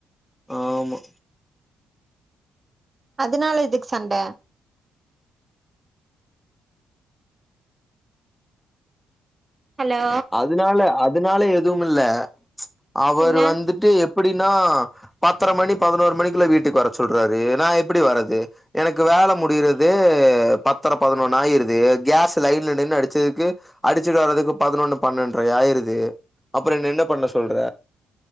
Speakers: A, in the centre; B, on the right.
A: ஆமா
B: அதுனால எதுக்கு சண்ட ஹலோ
A: அதனால அதனால எதும் இல்ல அவர்
B: பின்ன
A: வந்துட்டு எப்படின்னா பத்தரை மணி பதினோரு மணிக்குள்ள வீட்டுக்கு வர சொல்றாரு நா எப்டி வரது எனக்கு வேல முடியறததே பத்தரை பதினொன்னு ஆயிருது கேஸ் லைன்ல நின்னு அடிச்சதுக்கு அடிச்சுட்டு வர்றதுக்கு பதினொன்னு பன்னெண்ட்ரை ஆயிருது அப்றம் என்னென்ன பண்ண சொல்ற